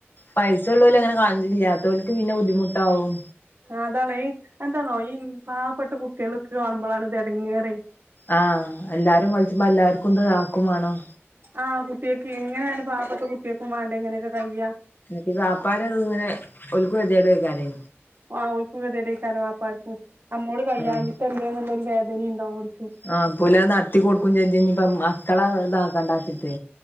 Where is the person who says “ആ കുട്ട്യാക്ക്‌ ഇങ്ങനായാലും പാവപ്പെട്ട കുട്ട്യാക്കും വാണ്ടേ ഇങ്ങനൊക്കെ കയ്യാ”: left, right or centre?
Right